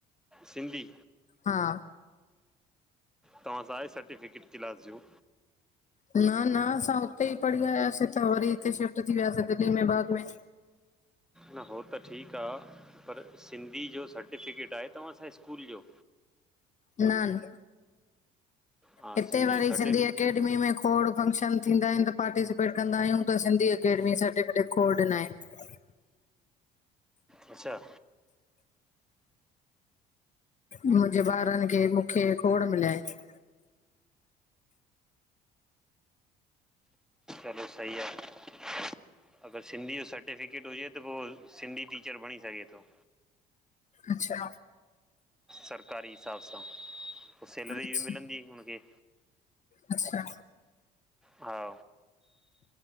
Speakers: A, in the centre; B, on the left (about 40°).
A: सिंधी
B: हा।
A: तव्हांसा आहे सर्टिफिकेट क्लास जो?
B: न, न असां हुते ई पढ़ी आयासीं त वरी हिते शिफ्ट थी वियासीं दिल्ली में बाद में
A: न हो त ठीक आह, पर सिंधी जो सर्टिफिकेट आहे तव्हांसां स्कूल जो।
B: न, न
A: हा
B: हिते वरी
A: जो सर्टिफिकेट
B: सिंधी अकेडमी में खोड़ फंक्शन थींदा आहिनि त पार्टिसिपेट कंदा आहियूं त सिंधी अकेडमी सर्टिफिकेट खोड़ ॾिना आहिन।
A: अच्छा।
B: मुंहिंजे ॿारन खे मुखे खोड़ मिल्या आहिंन।
A: हलो सही आह। अगर सिंधी जो सर्टिफिकेट हुजे त हू सिंधी टीचर बणी सघे थो।
B: अच्छा।
A: सरकारी हिसाब सां पोइ सैलरी
B: अच्छा
A: बि मिलंदी हुन खे।
B: अच्छा।
A: हा।